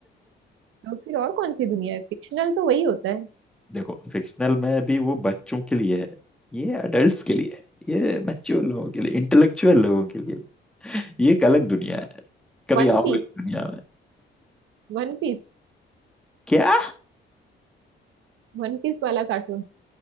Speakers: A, on the right; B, in the centre.
A: तो फिर और कौन सी दुनिया है फिक्शनल तो वही होता है
B: देखो फिक्शनल में भी वो बच्चों के लिए है ये अडल्ट्स के लिए है ये मैच्योर लोगों के लिए इंटेलेक्चुअल लोगों के लिए ये एक अलग दुनिया है कभी
A: One
B: आओ
A: piece
B: इस दुनिया में
A: One piece
B: क्या
A: One piece वाला कार्टून